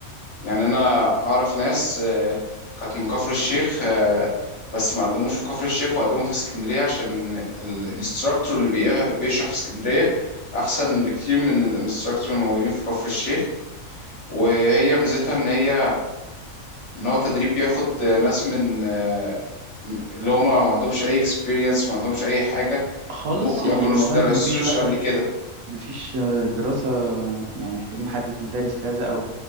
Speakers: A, on the left; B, on the right.
A: يعني انا اعرف ناس آه، كانت من كفر الشيخ آه، بس ما قدموش في كفر الشيخ وقدموا في اسكندرية عشان الانستراكتور اللي بي- بيشرح في اسكندرية احسن بكتير من الانستراكتور اللي موجودين في كفر الشيخ وهي ميزتها ان هي ان هو تدريب بياخد ناس من آه، اللي هما ما عندهمش اي experience ما عندهمش اي حاجة
B: خالص
A: ممكن
B: يعني
A: ما يكونوش
B: الموضوع
A: درسوش
B: انت مفيش مثلا
A: قبل كده
B: مفيش آه، دراسة يعني محتاجين حد يكون دارس كذا او